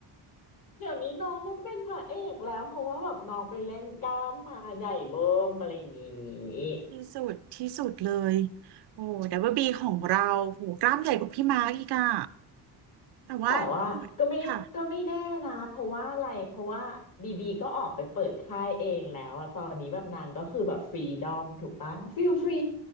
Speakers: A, on the left; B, on the right.
A: เดี๋ยวนี้น้องต้องเป็นพระเอกแล้วเพราะว่าแบบน้องไปเล่นกล้ามมาใหญ่เบิ้มอะไรอย่างงี้
B: ที่สุดที่สุดเลยโอ้ WB ของเราโหกล้ามใหญ่กว่าพี่มาร์กอีกอะแต่ว่า
A: แต่ว่าก็ไม่ก็ไม่แน่นะเพราะว่าอะไรเพราะว่าบีบีก็ออกไปเปิดค่ายเองแล้วอะตอนนี้แบบนางก็คือแบบฟรีดอมถูกปะฟิลฟรี
B: ค่ะ